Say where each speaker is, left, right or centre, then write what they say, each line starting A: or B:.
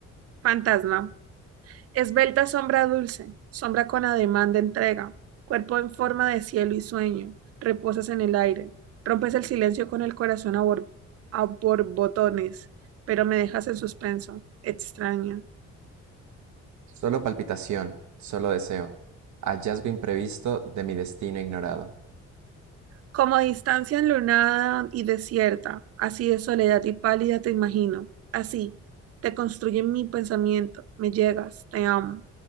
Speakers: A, on the right; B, on the right.
A: Fantasma. Esbelta sombra dulce, sombra con ademán de entrega, cuerpo en forma de cielo y sueño, reposas en el aire, rompes el silencio con el corazón a, bor- a borbotones, pero me dejas en suspenso, extraña,
B: Solo palpitación, solo deseo, hallazgo imprevisto de mi destino ignorado.
A: Como distancia enlunada y desierta, así de soledad y pálida te imagino. Así, te construye mi pensamiento, me llegas, te amo.